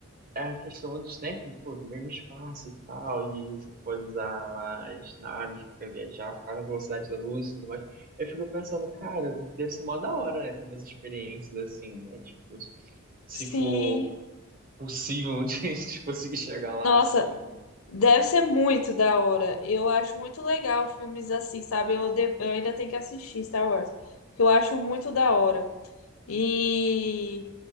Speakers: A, on the right; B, on the left.
A: a questão antes, né? Que, pô, viver no espaço e tal, e você pode usar as naves para viajar para a velocidade da luz e tudo mais. Eu fico pensando, cara, deve ser mó da hora, né? Ter umas experiências assim, né? Tipo, se
B: sim.
A: for possível <laughs> de a gente conseguir chegar lá
B: Nossa,
A: assim, né?
B: deve ser muito da hora. Eu acho muito legal filmes assim, sabe? Eu, de- eu ainda tenho que assistir Star Wars, que eu acho muito da hora. E